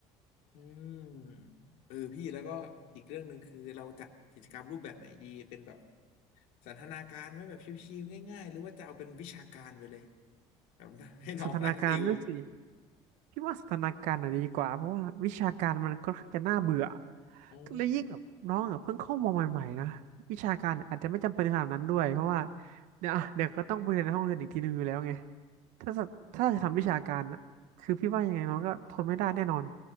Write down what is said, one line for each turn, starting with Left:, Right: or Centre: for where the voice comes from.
Left: อืมเออพี่แล้วก็อีกเรื่องหนึ่งคือเราจัดกิจกรรมรูปแบบไหนดีเป็นแบบสันทนาการไหมแบบชิวๆง่ายๆหรือว่าจะเอาเป็นวิชาการไปเลย แบบให้ <laughs> น้องนั่งติว
Right: สันทนาการด้วยสิ พี่ว่าสถานการณ์น่ะดีกว่าเพราะว่าวิชาการมันก็จะน่าเบื่อ
Left: อ๋อ
Right: และยิ่งแบบน้องอ่ะเพิ่งเข้ามาใหม่ๆนะวิชาการอาจจะไม่จำเป็นขนาดนั้นด้วยเพราะว่าเดี๋ยวอ่ะเดี๋ยวก็ต้องไปเรียนในห้องเรียนอีกทีนึงอยู่แล้วไงถ้าจะถ้าจะทำวิชาการน่ะคือพี่ว่ายังไงน้องก็ทนไม่ได้แน่นอน